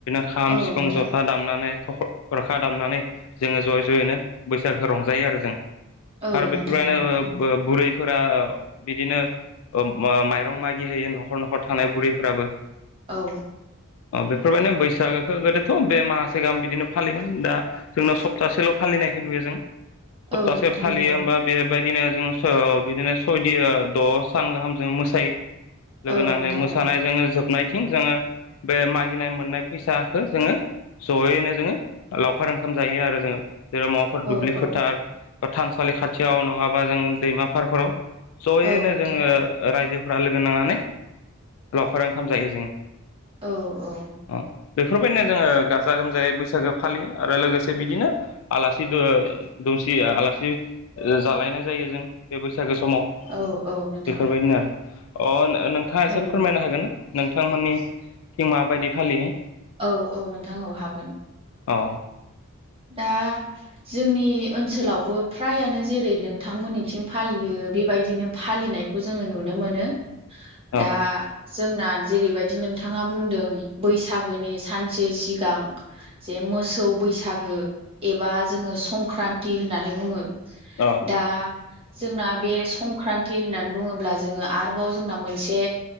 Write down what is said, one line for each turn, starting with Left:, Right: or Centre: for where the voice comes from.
Left: खाम,
Right: औ
Left: सिफुं,
Right: नोंथां
Left: जथा दामनानै थख' थरखा दामनानै जोङो ज'यै ज'यैनो बैसागोखो रंजायो आरो जों।
Right: औ
Left: आरो <unintelligible>
Right: नोंथां औ औ
Left: बुरै फोरा बिदिनो ओ माइरं मागि होयो न'खर न'खर थानाय बुरैफोराबो।
Right: औ।
Left: अ बेफोरबायदिनो बैसागो खौ गोदोथ' बे माहासे गाहाम बिदिनो फालिबोदोंमोन दा जोंनाव सप्तासेल' फालिनायखौ नुयो जों। सप्तासे
Right: औ नोंथां
Left: फालियो
Right: नंगौ
Left: होमबा बेबायदिनो जों स बिदिनो सयदि द' सान गाहाम जों मोसायो। लोगो
Right: औ
Left: नांनाय
Right: नोंथां
Left: मोसानाय
Right: औ
Left: जोङो जोबनायथिं जोङो बे मागिनाय मोननाय फैसा खौ जोङो जयैनो जोङो लावखार ओंखाम जायो आरो जोङो जेरै माबाफोर
Right: औ
Left: दुब्लि
Right: औ
Left: फोथार बा थानसालि खाथियाव नङाबा जों दैमा फारफोराव जयैनो
Right: औ नोंथां
Left: जोङो
Right: औ
Left: रायजोफ्रा लोगो नांनानै लावखार ओंखाम जायो जोङो।
Right: औ औ।
Left: अ बेफोरबायदिनो जोङो गाजा गोमजायै बैसागो फालियो आरो लोगोसे बिदिनो आलासि दु ओ दुमसि आलासि जालायनाय जायो जों बे बोसोर बैसागो समाव
Right: औ औ नोंथां
Left: बेफोरबायदिनो आरो। अ नो-नोंथाङा
Right: औ
Left: एसे फोरमायनो हागोन ना नोंथांमोननिथिं माबायदि फालियो?
Right: औ औ नोंथां औ हागोन।
Left: औ
Right: दा जोंनि ओनसोलावबो फ्रायानो जेरै नोंथांमोननिथिं फालियो बेबायदिनो फालिनाय खौ जोङो नुनो मोनो।
Left: औ
Right: दा जोंना जेरैबायदि नोंथाङा बुंदों बै सागोनि सानसे सिगां जे मोसौ बैसागो एबा जोङो संक्रान्ति होननानै बुङो
Left: औ
Right: दा जोंना बे संक्रान्ति होननानै बुङोब्ला जोङो आरोबाव जोंना मोनसे